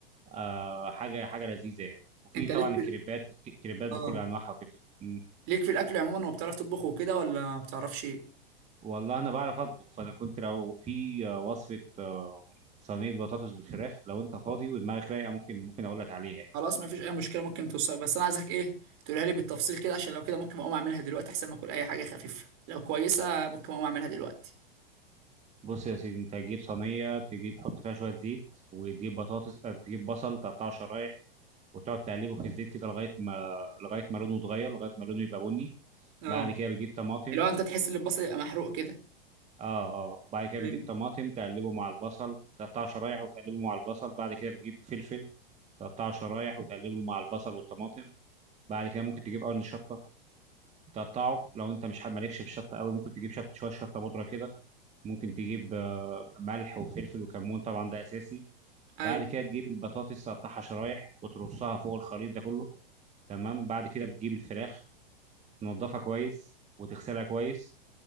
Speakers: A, on the right (about 25°); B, on the right (about 45°).
A: آه حاجه حاجه لذيذه يعني وفي
B: انت
A: طبعا
B: ليك في
A: الكريبات الكريبات
B: اه
A: بكل انواعها وكده مم.
B: ليك في الاكل عموما وبتعرف تطبخ وكده ولا ما بتعرفش ايه
A: والله انا بعرف اطبخ فانا كنت لو في آه، وصفه آه، صينيه بطاطس بالفراخ لو انت فاضي ودماغك رايقه ممكن ممكن اقول لك عليها يعني
B: خلاص ما فيش اي مشكله ممكن توصل بس انا عايزك ايه تقولها لي بالتفصيل كده عشان لو كده ممكن اقوم اعملها دلوقتي احسن ما اكل اي حاجه خفيفه لو كويسه ممكن اقوم اعملها دلوقتي
A: بص يا سيدي انت هتجيب صينيه تجيب حط فيها شويه زيت وتجيب بطاطس اه، تجيب بصل تقطعه شرايح وتقعد تقلبه في الزيت كده لغايه ما لغايه ما لونه يتغير لغايه ما لونه يبقى بني
B: اه
A: بعد كده بتجيب طماطم
B: اللي هو انت تحس ان البصل يبقى محروق كده
A: اه اه وبعد كده
B: ايوه
A: بتجيب طماطم تقلبه مع البصل تقطعه شرايح وتقلبه مع البصل بعد كده بتجيب فلفل تقطعه شرايح وتقلبه مع البصل والطماطم بعد كده ممكن تجيب قرن شطه تقطعه لو انت مش حاب- مالكش في الشطه قوي ممكن تجيب شط شويه شطه بودره كده ممكن تجيب آه، ملح وفلفل وكمون طبعا ده اساسي
B: ايوه
A: بعد كده تجيب البطاطس تقطعها شرايح وترصها فوق الخليط ده كله تمام بعد كده بتجيب الفراخ تنضفها كويس وتغسلها كويس